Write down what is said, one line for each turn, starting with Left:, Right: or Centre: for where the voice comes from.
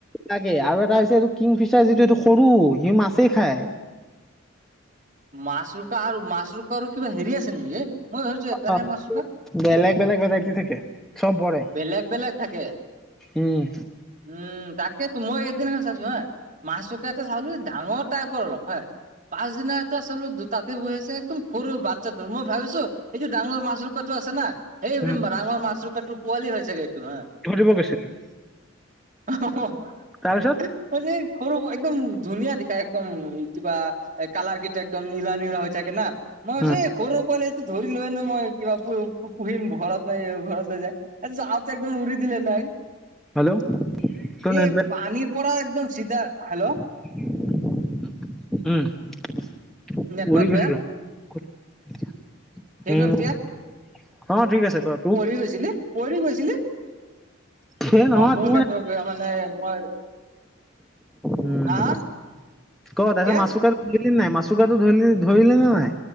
Centre: লাগে আৰু এটা হৈছে এইটো কিংফিচাৰ যিটো, এইটো সৰু সি মাছেই খায়।
Right: মাছৰোকা আৰু-মাছৰোকা আৰু কিবা হেৰি আছে নেকি এ? মই ভাবিছো এটাহে
Centre: অ
Right: মাছৰোকা?
Centre: বেলেগ বেলেগ ভেৰাইটি থাকে চব বৰে
Right: বেলেগ-বেলেগ থাকে।
Centre: উম,
Right: উম, তাকেতো মই সেইদিনাখন চাইছো হা, মাছৰোকা এটা চালো ডাঙৰ টাইপৰ অলপ হা, পাছদিনা দুটা চালো তাতে বহি আছে, একদম সৰু বাচ্ছাটো মই ভাবিছো এইটো ডাঙৰ মাছৰোকাতো আছে না। এই
Centre: উম,
Right: যে ডাঙৰ মাছৰোকটো পোৱালি হয় চাগে এইটো হা
Centre: ধৰিব গৈছিলি?
Right: <unintelligible>
Centre: তাৰপিছত
Right: <unintelligible> যে সৰু একদম ধুনীয়া দিখা একদম কিবা কালাৰ কেই যে একদম নীলা-নীলা হৈ থাকে না মই ভাবিছো
Centre: উম
Right: এই সৰু পোৱালি ধৰি লৈ আনো মই কিবা <unintelligible> পুহিম ঘৰত নাই ঘৰত লৈ যায়। এ যাওতে একদম উৰি দিলে নাই। এ
Centre: হেল্ল' তোৰ নেট বেয়া
Right: পানীৰ পৰা একদম চিধা হেল্ল',
Centre: <unintelligible> উম, পৰি
Right: নেটৱৰ্ক
Centre: গৈছিলা
Right: বেয়া
Centre: ক'ত উম,
Right: হৈ গ'ল এতিয়া
Centre: অ, ঠিক আছে কৰ।
Right: পৰি গৈছিলে-পৰি গৈছিলে-অ,
Centre: সেই নহয়
Right: মোৰ
Centre: তোৰ
Right: নেটৱৰ্ক।
Centre: নে
Right: কিয় মানে মই
Centre: উম
Right: হা কিয়া?
Centre: ক তাৰপিছত মাচুকাটো ধৰিলি নাই মাছুৰোকাতো ধৰিলি -ধৰিলি নে নাই?